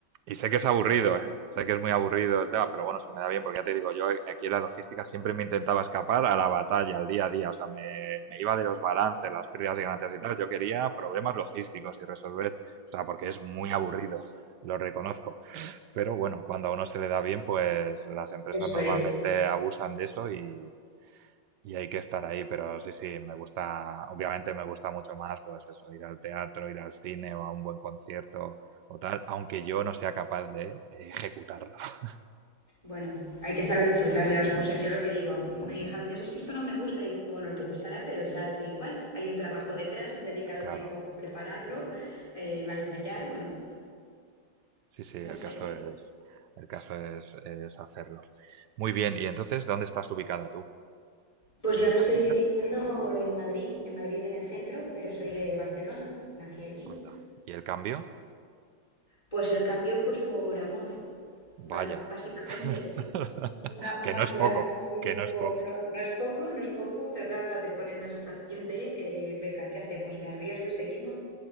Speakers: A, on the right (about 70°); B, on the left (about 15°).
A: Y sé que es aburrido,
B: la verdad.
A: ¿eh? Sé que es muy aburrido el tema, pero bueno, se me da bien porque ya te digo, yo aquí en la logística siempre me intentaba escapar a la batalla, al día a día. O sea, me, me iba de los balances, las pérdidas y ganancias y tal. Yo quería problemas logísticos y resolver, o sea, porque es muy
B: Sí,
A: aburrido, lo reconozco. Pero bueno, cuando a uno se le da bien, pues las empresas
B: eso
A: normalmente
B: es.
A: abusan de eso y, y hay que estar ahí, pero sí, sí, me gusta, obviamente me gusta mucho más, pues eso, ir al teatro, ir al cine o a un buen concierto o tal, aunque yo no sea capaz de ejecutarlo. <laughs>
B: Bueno, hay que saber disfrutar de las cosas. Yo lo que digo, mi hija a veces es que esto no me gusta. Digo, bueno, te gustará, pero es arte igual. Hay un trabajo detrás, han dedicado
A: Claro,
B: tiempo a prepararlo, eh, a ensayar, bueno,
A: sí, sí, el
B: no sé.
A: caso es, el caso es, es hacerlo. Muy bien, y entonces, ¿dónde estás ubicada tú?
B: Pues yo
A: ¿En
B: ahora
A: Madrid?
B: estoy viviendo
A: era?
B: en Madrid, en Madrid en el centro, pero soy de Barcelona, nací allí.
A: Anda. ¿Y el cambio?
B: Pues el cambio, pues por amor, bas-
A: Vaya.
B: básicamente.
A: <laughs>
B: Una, una
A: Que no
B: mudanza
A: es poco,
B: así un
A: que
B: poco,
A: no es poco.
B: no, no es poco, no es poco, pero claro, te pone en una situación de, eh, venga, ¿qué hacemos? ¿Me arriesgo y seguimos?